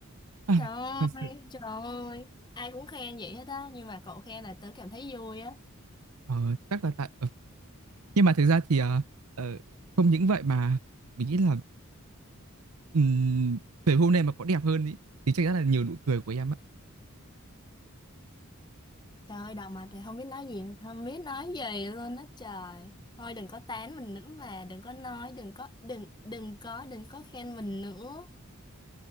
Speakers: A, on the right (about 85°); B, on the left (about 20°).
A: Ai,
B: trời ơi
A: thật sự
B: trời ơi ai cũng khen vậy hết á nhưng mà cậu khen là tớ cảm thấy vui á
A: ờ, chắc là tại ờ, nhưng mà thực ra thì ờ, ờ, không những vậy mà mình nghĩ là ừm, về hôm nay mà có đẹp hơn ý, thì chắc chắn là nhiều nụ cười của em á
B: Trời ơi, đầu mặt thì không biết nói gì, không biết nói gì luôn á trời. Thôi đừng có tán mình nữa mà, đừng có nói, đừng có, đừng, đừng có, đừng có khen mình nữa.